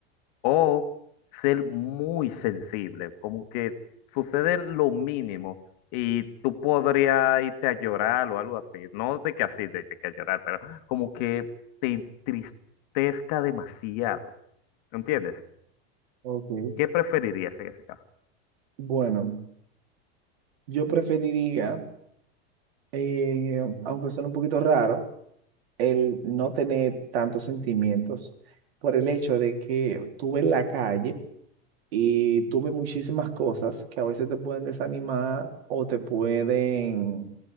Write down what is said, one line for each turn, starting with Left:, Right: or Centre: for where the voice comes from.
Left: O ser muy sensible, como que sucede lo mínimo y tú podrías irte a llorar o algo así. No de que así, de, de que a llorar, pero como que te entristezca demasiado. ¿Entiendes?
Right: Ok,
Left: ¿Qué preferirías en ese caso?
Right: bueno, yo preferiría, eh, aunque suene un poquito raro, el no tener tantos sentimientos por el hecho de que tú ves la calle. y tuve muchísimas cosas que a veces te pueden desanimar o te pueden